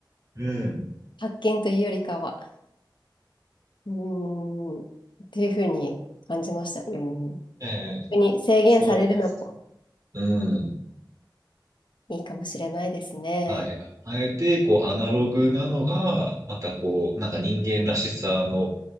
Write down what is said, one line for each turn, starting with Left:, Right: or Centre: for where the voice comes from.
Right: うん。
Left: 発見というよりかは、うーん、っていうふうに感じました。うん。
Right: ええ、
Left: 特に制限されるのも
Right: そうです。うん。
Left: いいかもしれないですね。
Right: はい。あえて、こう、アナログなのが、またこう、なんか人間らしさの、